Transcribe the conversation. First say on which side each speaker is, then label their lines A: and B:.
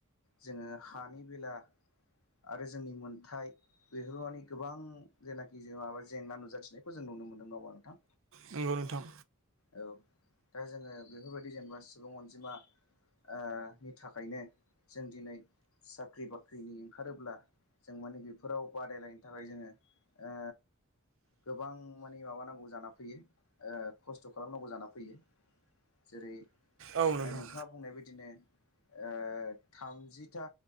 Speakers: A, on the left; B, on the right.
A: जोङो हानि बेला आरो जोंनि मोनथाय बेफोर माने गोबां जेनाखि जों माबा जेंना नुजाथिनायखौ जों नुनो मोनो नंगौ नोंथां।
B: नोंगौ नोंथां
A: औ दा जोङो बेफोरबायदि जेनेबा सुबुं अनजिमा ओ नि थाखायनो जों दिनै साख्रि बाख्रिनि ओंखारोब्ला जों माने बेफोराव बादायलायनो थाखाय जोङो ओ गोबां माने माबानांगौ जाना फैयो ओ खस्थ' खालामनांगौ जाना फैयो जेरै
B: औ नोंथां
A: ओ नोंथाङा बुंनाय बायदिनो ओ थामजिथा